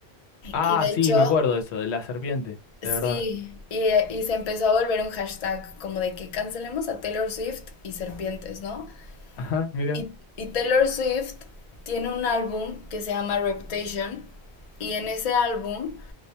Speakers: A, on the left; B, on the left.
A: Ah,
B: Y de hecho,
A: sí, me acuerdo de eso, de la serpiente,
B: Sí,
A: de verdad.
B: y, eh, y se empezó a volver un hashtag como de que cancelemos a Taylor Swift y serpientes, ¿no?
A: <laughs> Ajá, mira.
B: Y, y Taylor Swift tiene un álbum que se llama Reputation y en ese álbum